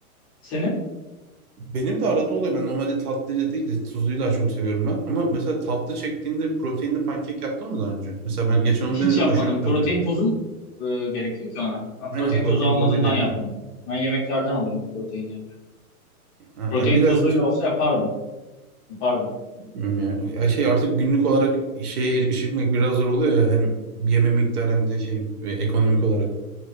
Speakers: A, on the left; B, on the right.
A: senin
B: Benim de arada oluyor. Ben normalde tatlıyla değil de tuzluyu daha çok seviyorum ben. Ama mesela tatlı çektiğinde proteinli pankek yaptın mı daha önce? Mesela ben geçen
A: Hiç
B: onu denedim
A: yapmadım.
B: aşırı güzel
A: Protein
B: oluyor.
A: tozum e, gerekir ki ona. Ben protein
B: Aynen protein
A: tozu almadığımdan
B: tozuyla yapıyorum.
A: yapmadım. Ben yemeklerden alıyorum proteini.
B: Ha,
A: Protein
B: ya biraz
A: tozuyla olsa yapardım. Yapardım.
B: Bilmiyorum Ya. Ya şey artık günlük olarak şeye erişmek biraz zor oluyor ya hem yeme miktarı hem de şey ve ekonomik olarak.